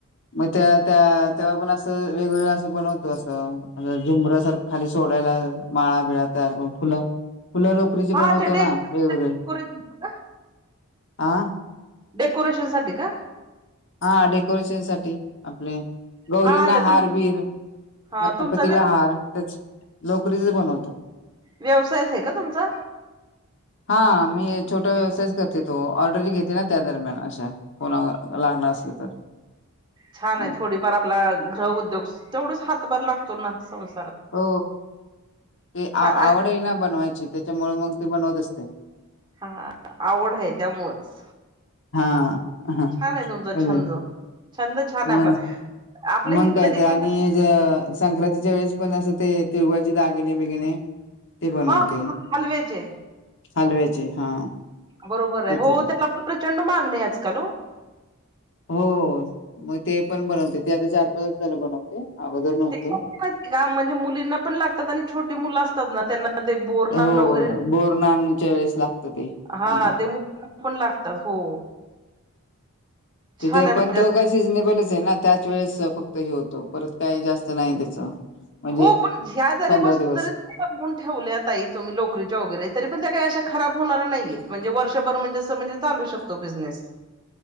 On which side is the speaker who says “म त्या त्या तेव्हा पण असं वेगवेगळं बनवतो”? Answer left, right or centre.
Left